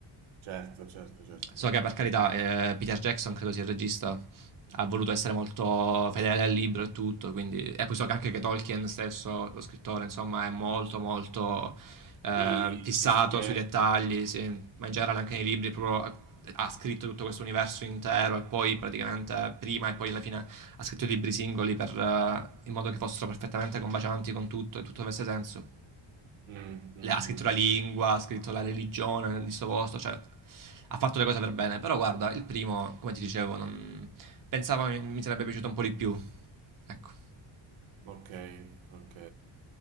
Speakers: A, on the right; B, on the right.
A: certo, certo, certo,
B: So
A: certo.
B: che per carità eh, Peter Jackson, credo sia il regista, ha voluto essere molto fedele al libro e tutto, quindi... e poi so che anche che Tolkien stesso, lo scrittore, insomma, è molto molto eh,
A: Sì,
B: fissato
A: esigente.
B: sui dettagli, sì. ma in generale anche nei libri proprio ha, ha scritto tutto questo universo intero e poi praticamente prima e poi alla fine ha scritto i libri singoli per, eh, in modo che fossero perfettamente combacianti con tutto e tutto avesse senso
A: Mm, mm,
B: le- ha scritto
A: mm,
B: la
A: mm.
B: lingua, ha scritto la religione di sto posto, cioè ha fatto le cose per bene, però guarda, il primo, come ti dicevo, non... pensavo mi, mi sarebbe piaciuto un po' di più. Ecco.
A: Ok, ok.